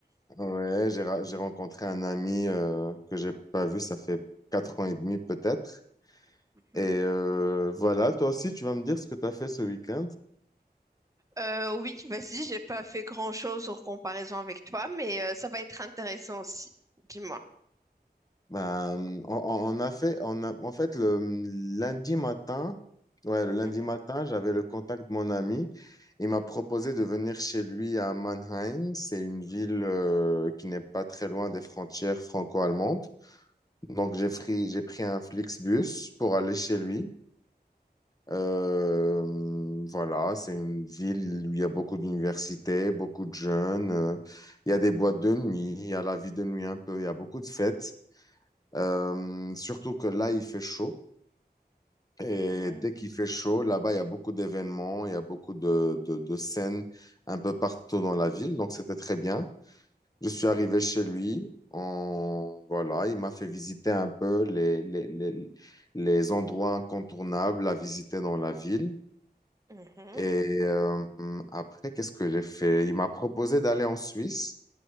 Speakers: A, on the left (about 20°); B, on the right (about 20°).
A: Ouais, j'ai, ra- j'ai rencontré un ami euh, que j'ai pas vu, ça fait quatre ans et demi peut-être.
B: Mhm.
A: Et euh, voilà, toi aussi, tu vas me dire ce que tu as fait ce week-end.
B: Euh, oui, vas-y, j'ai pas fait grand-chose en comparaison avec toi, mais euh, ça va être intéressant aussi. Dis-moi.
A: Ben, on, on- on a fait, on a, en fait, le lundi matin, ouais,
B: Mhm,
A: le lundi matin, j'avais le contact de mon ami. Il m'a proposé de venir chez lui à Mannheim. C'est une ville euh, qui n'est pas très loin des frontières franco-allemandes. Donc, j'ai pris, j'ai pris un Flixbus pour aller chez lui. Euh, voilà, c'est une ville où il y a beaucoup d'universités, beaucoup de jeunes. euh, il y a des boîtes de nuit, il y a la vie de nuit un peu, il y a beaucoup de fêtes. Euh, surtout que là, il fait chaud. Et
B: mhm,
A: dès qu'il fait chaud, là-bas, il y a beaucoup d'événements, il y a beaucoup de, de, de scènes un peu partout dans la ville. Donc, c'était très bien. Je suis arrivé chez lui. On... Voilà, il m'a fait visiter un peu les, les, les, les endroits incontournables à visiter dans la ville.
B: mhm,
A: Et euh, après, qu'est-ce que j'ai fait? Il m'a proposé d'aller en Suisse